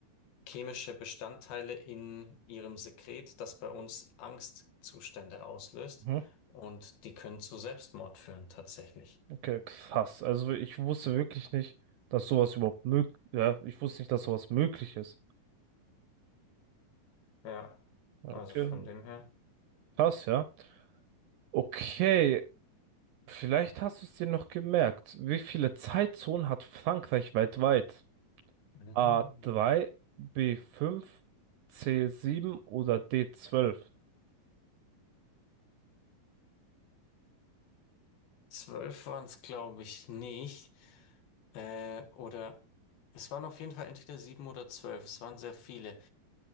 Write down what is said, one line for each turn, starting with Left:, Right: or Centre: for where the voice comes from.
Left: chemische Bestandteile in ihrem Sekret, das bei uns Angstzustände auslöst.
Right: Mhm.
Left: Und die können zu Selbstmord führen, tatsächlich.
Right: Okay, krass. Also ich wusste wirklich nicht, dass sowas überhaupt möglich, ja, ich wusste nicht, dass sowas möglich ist.
Left: Ja,
Right: Ja,
Left: also
Right: Okay,
Left: von dem her.
Right: Krass, ja. Okay, vielleicht hast du es dir noch gemerkt. Wie viele Zeitzonen hat Frankreich weltweit?
Left: Mhm.
Right: a drei, b fünf, c sieben oder d zwölf?
Left: Zwölf waren es, glaube ich, nicht. Äh, oder es waren auf jeden Fall entweder sieben oder zwölf. Es waren sehr viele.